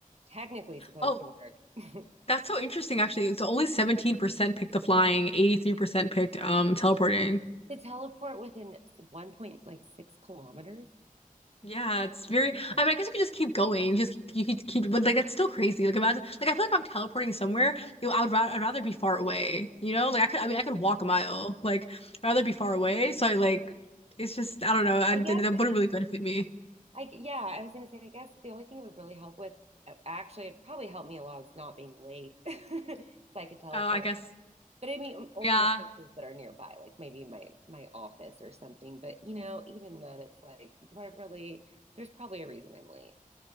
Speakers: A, on the right; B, on the left.
A: technically supposed
B: Oh,
A: to work. <laughs>
B: that's so interesting actually. It's only 17% picked the flying, 83% picked um teleporting.
A: To teleport within s- one point like six kilometers?
B: Yeah, it's very
A: Yeah.
B: I mean, I guess you could just keep going. Just you could keep but like that's still crazy. Like imagine like I feel like if I'm teleporting somewhere, you know, I would ra I'd rather be far away. You know? Like I could I mean
A: Yeah.
B: I could walk a mile. Like I'd rather be far away. So I like it's just I don't know. I
A: I
B: That
A: guess
B: wouldn't really benefit me.
A: I yeah, I was gonna say I guess the only thing it would really help with actually it'd probably help me a lot is not being late. <laughs> 'Cause I could teleport
B: Oh, I guess
A: But I mean, um, only
B: Yeah,
A: to places that are nearby, like maybe my my office or something. But you know, even then, it's like, do I really? There's probably a reason I'm late.